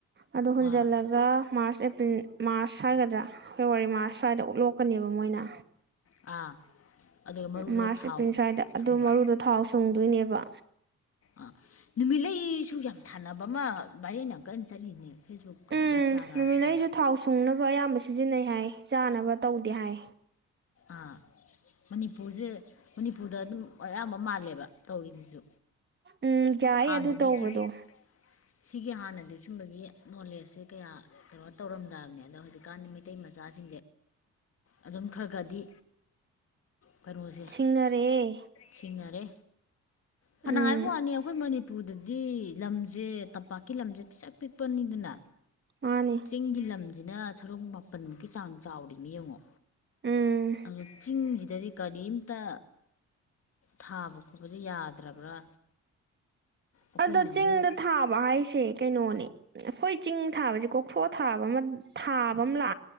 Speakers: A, on the right (about 35°); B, on the left (about 50°).
A: ꯑꯗꯨ ꯍꯨꯟꯖꯜꯂꯒ
B: ꯑꯥ
A: ꯃꯥꯔꯆ ꯃꯥꯔꯁ ꯍꯥꯏꯒꯗ꯭ꯔꯥ ꯐꯦꯕꯋꯥꯔꯤ ꯃꯥꯔꯁ ꯁ꯭ꯋꯥꯏꯗ ꯎꯠꯂꯣꯛꯀꯅꯦꯕ ꯃꯣꯏꯅ
B: ꯑꯥ ꯑꯗꯨꯒ ꯃꯔꯨꯗꯣ
A: ꯃꯥꯔꯆ
B: ꯊꯥꯎ
A: ꯑꯦꯄ꯭ꯔꯤꯜ ꯁ꯭ꯋꯥꯏꯗ ꯑꯗꯨ
B: ꯁꯨꯡꯕ
A: ꯃꯔꯨꯗꯣ ꯊꯥꯎ ꯁꯨꯡꯗꯣꯏꯅꯦꯕ
B: ꯑꯥ ꯅꯨꯃꯤꯠꯂꯩꯁꯨ ꯌꯥꯝ ꯊꯥꯅꯕ ꯑꯃ ꯃꯔꯅ ꯑꯃꯨꯛ ꯀ ꯆꯠꯂꯤꯅꯦ ꯐꯦꯁꯕꯨꯛꯀꯨꯝꯕ
A: ꯎꯝ
B: ꯏꯟꯁꯇꯥꯒ꯭ꯔꯥꯝꯒꯨꯝꯕꯗ
A: ꯅꯨꯃꯤꯠꯂꯩꯁꯨ ꯊꯥꯎ ꯁꯨꯡꯅꯕ ꯑꯌꯥꯝꯕ ꯁꯤꯖꯤꯟꯅꯩ ꯍꯥꯏ ꯆꯥꯅꯕ ꯇꯧꯗꯦ ꯍꯥꯏ
B: ꯑꯥ ꯃꯅꯤꯄꯨꯔꯁꯦ ꯃꯅꯤꯄꯨꯔꯗ ꯑꯗꯨꯝ ꯑꯌꯥꯝꯕ ꯃꯥꯜꯂꯦꯕ ꯇꯧꯔꯤꯁꯤꯁꯨ
A: ꯎꯝ ꯌꯥꯏ
B: ꯍꯥꯟꯅꯗꯤ
A: ꯑꯗꯨ ꯇꯧꯕꯗꯣ
B: ꯁꯤꯒꯤ ꯁꯤꯒꯤ ꯍꯥꯟꯅꯗꯤ ꯁꯨꯝꯕꯒꯤ ꯅꯣꯂꯦꯖꯁꯦ ꯀꯌꯥ ꯀꯩꯅꯣ ꯇꯧꯔꯝꯗꯕꯅꯦ ꯑꯗ ꯍꯧꯖꯤꯛꯀꯥꯟꯗꯤ ꯃꯩꯇꯩ ꯃꯆꯥꯁꯤ ꯑꯗꯨꯝ ꯈꯔ ꯈꯗꯤ ꯀꯩꯅꯣꯁꯦ
A: ꯁꯤꯡꯅꯔꯛꯑꯦ
B: ꯁꯤꯖꯤꯟꯅꯔꯦ ꯐꯅ
A: ꯎꯝ
B: ꯍꯥꯏꯕꯅꯤ ꯑꯩꯈꯣꯏ ꯃꯅꯤ ꯎꯄꯨꯗꯗꯤ ꯂꯝꯁꯦ ꯇꯝꯄꯥꯛꯀꯤ ꯂꯝꯁꯦ ꯄꯤꯁꯛ ꯄꯤꯛꯄꯅꯤꯗꯅ
A: ꯃꯥꯅꯤ
B: ꯆꯤꯡꯒꯤ ꯂꯝꯁꯤꯅ ꯁꯔꯨꯛ ꯃꯥꯄꯜꯃꯨꯛꯀꯤ ꯆꯥꯡ ꯆꯥꯎꯔꯤꯅꯦ ꯌꯦꯡꯉꯣ
A: ꯎꯝ
B: ꯑꯗꯨꯗ ꯆꯤꯡ ꯍꯗꯔ ꯀꯔꯤꯝꯇ ꯊꯥꯕ ꯈꯣꯠꯄꯁ ꯌꯥꯗ꯭ꯔꯕ꯭ꯔꯥ ꯑꯩꯈꯣꯏꯅ
A: ꯑꯗꯣ ꯆꯤꯡꯗ
B: ꯑꯃꯨꯛ
A: ꯊꯥꯕ ꯍꯥꯏꯁꯦ ꯀꯩꯅꯣꯅꯦ ꯑꯩꯈꯣꯏ ꯆꯤꯡ ꯊꯥ ꯊꯕ